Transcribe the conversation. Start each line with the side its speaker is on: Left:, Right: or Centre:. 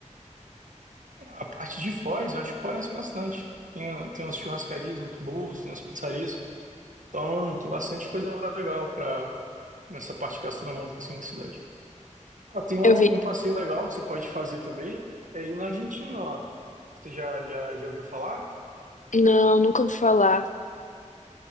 Right: A parte de Foz, eu acho que parece bastante. Tem, tem umas churrascarias muito boas, tem umas pizzarias. Então, tem bastante coisa legal para nessa parte gastronômica assim da cidade. Ah, tem um,
Left: Eu vi.
Right: um passeio legal que você pode fazer também, é ir na Argentina lá. Você já, já, já ouviu falar?
Left: Não, nunca ouvi falar.